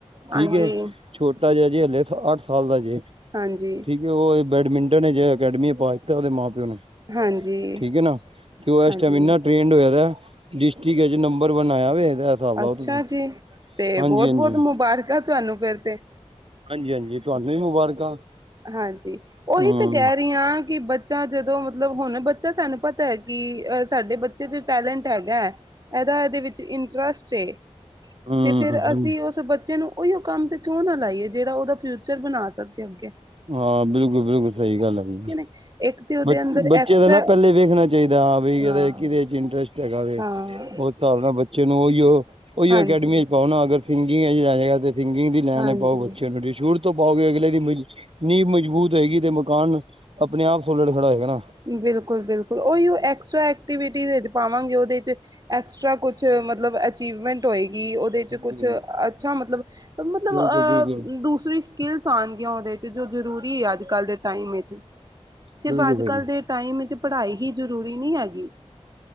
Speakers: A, on the right; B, on the right.
A: ਹਾਂਜੀ
B: ਠੀਕ ਏ। ਛੋਟਾ ਜਿਹਾ ਜੇ ਹਲੇ, ਅੱਠ ਸਾਲ ਦਾ ਜੇ।
A: ਹਾਂਜੀ।
B: ਠੀਕ ਐ, ਉਹ ਬੈਡਮਿੰਟਨ ਜਿ ਅਕੈਡਮੀ ਓਦੇ ਮਾਂ ਪਿਓ ਨੇ,
A: ਹਾਂਜੀ
B: ਠੀਕ ਏ ਨਾ ਤੇ ਓ ਏਸ
A: ਹਾਂਜੀ
B: ਟੈਮ ਇਨਾ ਟ੍ਰੇਡ ਹੋਇਆ ਦਾ। ਡਿਸਟ੍ਰਿਕ'ਚ ਨੰਬਰ ਵਨ ਆਇਆ ਵੇ। ਹਿਸਾਬ ਲਾਓ
A: ਅੱਛਾ
B: ਤੁਸੀਂ
A: ਜੀ ਤੇ
B: ਹਾਂਜੀ
A: ਬੋਤ-ਬੋਤ
B: ਹਾਂਜੀ
A: ਮੁਬਾਰਕ ਤੁਆਨੂੰ ਫੇਰ ਤੇ।
B: ਹਾਂਜੀ -ਹਾਂਜੀ, ਤੁਆਨੂੰ ਵੀ ਮੁਬਾਰਕਾਂ।
A: ਹਾਂਜੀ, ਓਈ
B: ਹਮ
A: ਤੇ ਕੈ ਰੀ ਆਂ ਕੀ ਬੱਚਾ ਜਦੋਂ ਮਤਲਬ ਹੁਣ ਬੱਚਾ ਸਾਨੂੰ ਪਤਾ- ਐ ਕੀ ਅਹ ਸਾਡੇ ਬੱਚੇ- ਬੱਚੇ ਚ ਟੈਲੈਂਟ ਹੈਗਾ, ਏਦਾ ਏਦੇ ਵਿੱਚ ਇੰਟਰਸਟ ਏ।
B: ਹਮ
A: ਤੇ ਫਿਰ ਅਸੀਂ ਓਸ ਬੱਚੇ ਨੂੰ- ਓਈਓ ਕੰਮ ਤੇ ਕਿਉਂ ਨਾ ਲਾਈਏ ਜੇੜਾ ਓਦਾ ਫਿਊਚਰ ਬਣਾ ਸਕੇ ਅੱਗੇ।
B: ਹਾਂ, ਬਿਲਕੁਲ-ਬਿਲਕੁਲ, ਸਈ ਗੱਲ ਐ ਬਈ।
A: <inaudible> ਉਹਦੇ
B: ਬਚ
A: ਅੰਦਰ
B: ਬੱਚੇਆ
A: ਐਕਸਟਰਾ
B: ਦਾ ਨਾ ਪਹਿਲੇ ਵੇਖਣਾ ਚਾਹੀਦਾ, ਹਾਂ ਬਈ
A: ਹਾਂ
B: ਇਹਦਾ ਕਿਦੇ ਚ ਇੰਟਰਸਟ ਹੈਗਾ ਵੇ ਹਿਸਾਬ
A: ਹਾਂ
B: ਨਾਲ ਬੱਚੇ ਨੂੰ ਉਹੀਓ, ਉਹੀਓ
A: ਹਾਂਜੀ
B: ਅਕੈਡਮੀ ਚ ਪਾਉ ਨਾ ਅਗਰ ਸਿੰਗਿੰਗ ਚ ਜਾਏਗਾ ਤੇ ਸਿੰਗਿੰਗ ਦੀ ਲੈਣੇ
A: ਹਾਂਜੀ
B: ਪਾਓ ਬੱਚਿਆਂ ਨੂੰ ਸ਼ੁਰੂ ਤੋਂ ਤੋਂ ਪਾਓਗੇ ਅਗਲੇ ਦੀ, ਨੀਂਹ ਮਜ਼ਬੂਤ ਹੋਏਗੀ ਤੇ ਮਕਾਨ, ਆਪਣੇ ਆਪ ਥੋਲੜ ਖੜਾ ਹੋਏਗਾ ਨਾ।
A: ਬਿਲਕੁਲ-ਬਿਲਕੁਲ, ਓਈ ਓ ਐਕਸਟਰਾ ਐਕ ਐਕਟਿਵੀਟਜ ਚ ਪਾਵਾਂਗੇ ਉਹਦੇ ਚ ਐਕਸਟਰਾ ਕੁਛ ਮਤਲਬ ਅਚੀਵਮੈਂਟ ਹੋਏਗੀ ਓਦੇ
B: ਹੂੰ
A: ਚ ਕੁਛ ਅੱਛਾ ਮਤਲਬ, ਮਤਲਬ
B: ਬਿਲਕੁਲ
A: ਅ
B: ਬਿਲਕੁਲ
A: ਦੂਸਰੀ ਸਕਿਲਸ ਆਨਗੀਆਂ ਉਦੇ ਚ ਜੋ ਜ਼ਰੂਰੀ ਐ ਅੱਜ ਕੱਲ੍ਹ ਦੇ ਟਾਈਮ ਵਿੱਚ, ਸਿਰਫ
B: ਬਿਲਕੁਲ
A: ਅੱਜ
B: ਸਹੀ
A: ਕੱਲ੍ਹ ਟਾਈਮ ਚ ਪੜ੍ਹਾਈ ਹੀ ਜ਼ਰੂਰੀ ਨੀ ਹੈਗੀ।